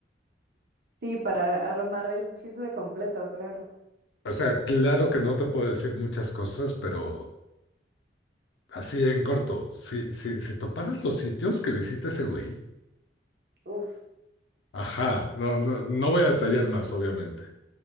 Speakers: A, on the right; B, on the left.
A: Sí, para armar el chisme completo, claro.
B: O sea, claro que no te puedo decir muchas cosas, pero Así en corto, si, si, si toparas los sitios que visita ese güey,
A: Uf,
B: ajá, no, no, no voy a detallar más, obviamente.